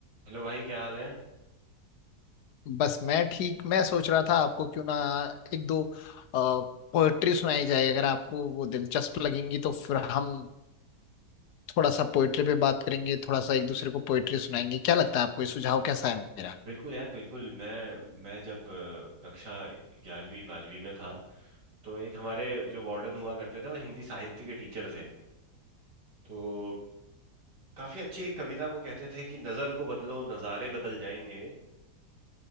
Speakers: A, on the right; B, on the left.
A: Hello भाई क्या हाल है
B: बस मैं ठीक मैं सोच रहा था आपको क्यों ना एक दो पोएट्री सुनाई जाए अगर आपको वो दिलचस्प लगेंगी तो फिर हम थोड़ा सा पोएट्री पे बात करेंगे थोड़ा सा एक दूसरे को पोएट्री सुनाएंगे क्या लगता है आपको ये सुझाव कैसा है मेरा
A: बिल्कुल यार बिल्कुल मैं मैं जब अ, कक्षा ग्यारहवीं बारहवीं में था तो एक हमारे जो वार्डन हुआ करते थे वो हिंदी साहित्य के टीचर थे तो काफी अच्छी एक कविता वो कहते थे कि नजर को बदलो नजारे बदल जाएंगे